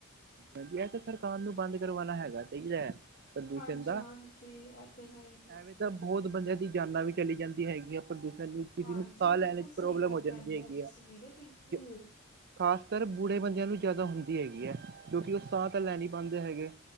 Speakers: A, on the right (about 50°); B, on the left (about 50°).
A: ਹਾਂਜੀ ਇਹ ਤਾਂ ਸਰਕਾਰ ਨੂੰ ਬੰਦ ਕਰਵਾਣਾ ਹੈਗਾ ਚਾਹੀਦਾ ਹੈ ਪ੍ਰਦੂਸ਼ਣ
B: ਹਾਂਜੀ
A: ਦਾ
B: ਹਾਂਜੀ ਐ ਤੇ ਹੈ ਈ
A: ਐਵੇਂ ਤਾਂ ਬਹੁਤ ਬੰਦਿਆਂ ਦੀ ਜਾਨਾਂ ਵੀ ਚਲੀ ਜਾਂਦੀ ਹੈਗੀ ਆ ਪ੍ਰਦੂਸ਼ਣ ਕਿਸ
B: ਹਾਂਜੀ
A: ਨੂੰ ਸਾਹ ਲੈਣ
B: ਬਿਲਕੁਲ
A: ਵਿੱਚ
B: ਸਹੀ
A: ਪ੍ਰੋਬਲਮ
B: ਗੱਲ
A: ਹੋ ਜਾਂਦੀ
B: ਕਹਿੰਦੇ
A: ਹੈਗੀ
B: ਤੁਸੀਂ
A: ਏ
B: ਵੀਰੇ ਬਿਲਕੁਲ
A: ਕੇ ਖ਼ਾਸ ਕਰ ਬੁਢੇ ਬੰਦਿਆਂ ਨੂੰ ਜ਼ਿਆਦਾ ਹੁੰਦੀ ਹੈਗੀ ਐ, ਕਿਉਂਕਿ ਓ ਸਾਹ ਤਾਂ ਲੈ ਨਹੀਂ ਪਾਂਦੇ ਹੈਗੇ।